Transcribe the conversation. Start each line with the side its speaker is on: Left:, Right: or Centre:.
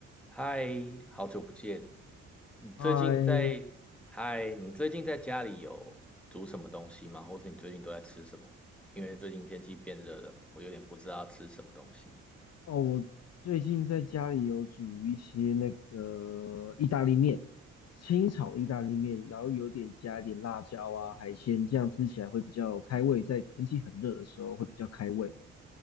Centre: 嗨，好久不见！你最近在，
Left: 嗨，
Centre: 嗨，你最近在家里有煮什么东西吗？或是你最近都在吃什么？因为最近天气变热了，我有点不知道吃什么东西。
Left: 哦，我最近在家里有煮一些那个意大利面，清炒意大利面，然后有点加一点辣椒啊、海鲜，这样吃起来会比较开胃，在天气很热的时候会比较开胃。